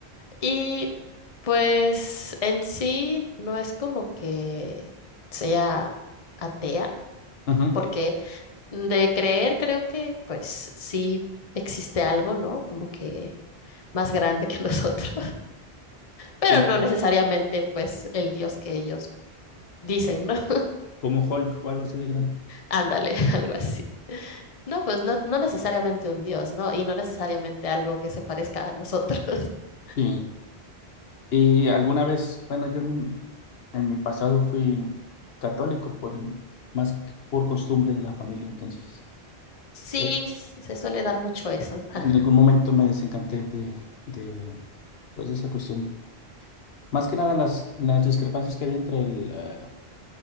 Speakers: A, on the left (about 35°); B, on the left (about 70°).
A: Y pues en sí no es como que sea atea,
B: Ajá.
A: porque de creer creo que pues sí existe algo, ¿no? Como que más grande que <laughs> nosotros pero
B: Como,
A: no necesariamente pues el Dios que ellos dicen, ¿no? <laughs>
B: como Hulk o algo así de grande.
A: Ándale, algo así. No, pues no, no necesariamente un Dios, ¿no? Y no necesariamente algo que se parezca a nosotros. <laughs>
B: Sí. Y alguna vez, bueno, yo en, en mi pasado fui católico por im- más que por costumbre de la familia, entonces
A: Sí,
B: eh,
A: s- se suele dar mucho eso. <laughs>
B: en algún momento me desencanté de, de pues esa cuestión. Más que nada las, las discrepancias que había entre el, eh,